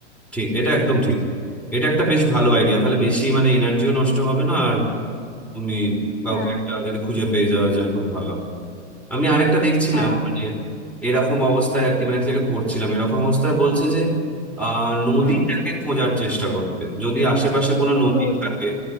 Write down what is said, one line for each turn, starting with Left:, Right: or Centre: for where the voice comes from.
Centre: ঠিক এটা একদম ঠিক এটা একটা বেশ ভালো আইডিয়া তাহলে বেশি মানে এনার্জিও নষ্ট হবে না আর তুমি কাউকে
Left: হ্যাঁ
Centre: একটা যদি খুঁজে পেয়ে যাওয়া যায় খুব ভালো হয় আমি আরেকটা দেখছিলাম
Left: হ্যাঁ
Centre: মানে এরকম অবস্থায় আর কি মানে একটা জায়গায় পড়ছিলাম এরকম অবস্থায় বলছে যে আহ নদীটাকে
Left: হুম
Centre: খোঁজার চেষ্টা করতে যদি আশেপাশে কোনো
Left: সুন্দরী
Centre: নদী থাকে